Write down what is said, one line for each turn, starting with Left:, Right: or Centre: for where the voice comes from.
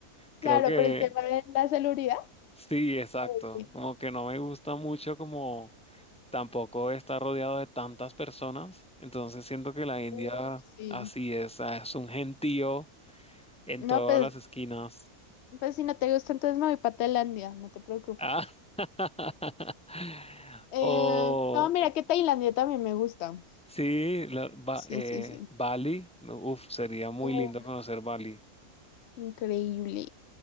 Centre: Creo
Left: Claro,
Centre: que
Left: por el tema de la seguridad.
Centre: sí, exacto.
Left: Oye,
Centre: Como que no me gusta mucho como tampoco estar rodeado de tantas personas. Entonces siento que la India
Left: uh, sí.
Centre: así es, ah, es un gentío en
Left: No,
Centre: todas
Left: pues,
Centre: las esquinas.
Left: pues si no te gusta, entonces me voy para Tailandia, no te preocupes.
Centre: Ah, <laughs>
Left: Eh,
Centre: O
Left: no, mira que Tailandia también me gusta.
Centre: sí, la- Ba-
Left: Sí,
Centre: eh,
Left: sí, sí.
Centre: Bali, uf, sería muy
Left: Uh,
Centre: lindo conocer Bali.
Left: increíble.